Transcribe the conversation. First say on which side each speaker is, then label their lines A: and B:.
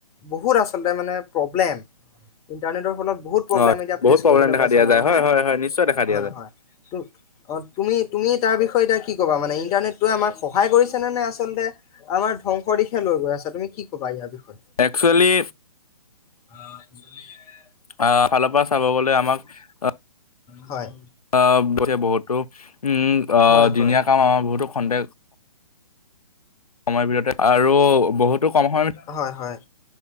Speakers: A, on the left; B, on the left.
A: বহুত আচলতে মানে প্ৰব্লেম। ইণ্টাৰনেটৰ ফলত। বহু তপ্ৰব্লেম
B: হয়
A: এতিয়া
B: বহুত
A: টো
B: প্ৰব্লেম
A: বোলে
B: দেখা
A: পাইছে
B: দিয়া
A: মানুহে
B: যায় হয় হয় হয় নিশ্চয় দেখা দিয়া
A: হয়
B: যায়
A: হয় অ তুমি তুমি তাৰ বিষয়ে এতিয়া কি কবা মানে ইণ্টাৰনেটতো এ আমাক সহায় কৰিছে নে নে আচলতে আমাৰ ধ্বংস দিশে লৈ গৈ আছে। ত আপুনি কি কবা ইয়াৰ বিষয়।
B: একচুৱেলি
A: <unintelligible>
B: আহ ফালৰ পৰা চাব গলে আমাক আহ।
A: হয়।
B: আ ব বহুতো উম অ
A: হয়
B: দিনীয়া
A: হয়
B: কাম আমাৰ বহুতো সন্দেহ। সময়ৰ ভিতৰতে আৰু বহুতো কম সময়
A: হয় হয়